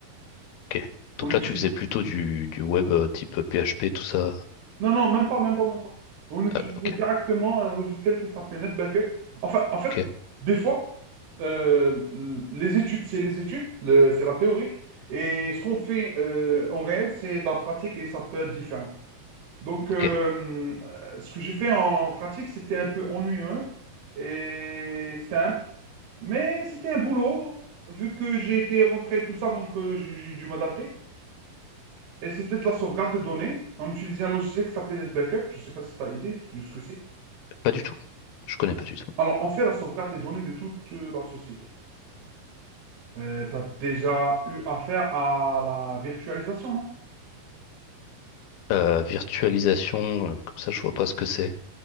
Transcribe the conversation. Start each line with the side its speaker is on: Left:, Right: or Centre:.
Left: ok. Donc
Right: On utilise...
Left: là, tu faisais plutôt du, du web euh, type PHP, tout ça.
Right: Non, non, même pas, même pas, même pas. On utilisait
Left: Euh, Ok,
Right: directement un logiciel qui s'appelait NetBackup. Enfin, en fait,
Left: ok,
Right: des fois, euh, les études, c'est les études, le- c'est la théorique. Et ce qu'on fait euh, en réel, c'est de la pratique et ça peut être différent. Donc,
Left: ok.
Right: euh, ce que j'ai fait en pratique, c'était un peu ennuyeux et simple. Mais c'était un boulot, vu que j'ai été rentré et tout ça, donc euh, j'ai j'ai dû m'adapter. Et c'était de la sauvegarde de données. On utilisait un logiciel qui s'appelait NetBackup. Je ne sais pas si tu as idée de ce que c'est.
Left: Pas du tout. Je connais pas du tout.
Right: Alors, on fait la sauvegarde des données de toute euh, la société. tu as déjà eu affaire à la virtualisation, non?
Left: Euh, virtualisation, euh, comme ça, je vois pas ce que c'est.